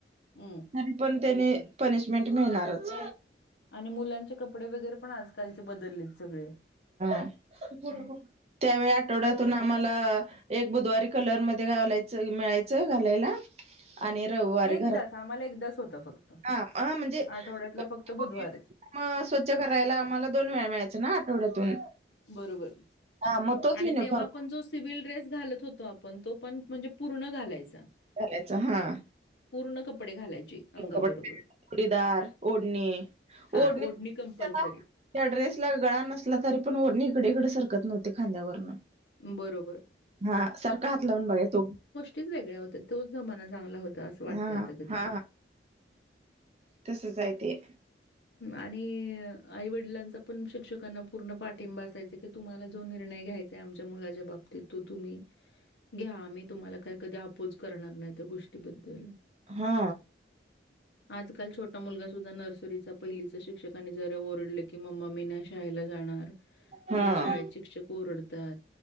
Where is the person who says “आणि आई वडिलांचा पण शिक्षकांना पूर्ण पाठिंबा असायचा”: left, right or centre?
Left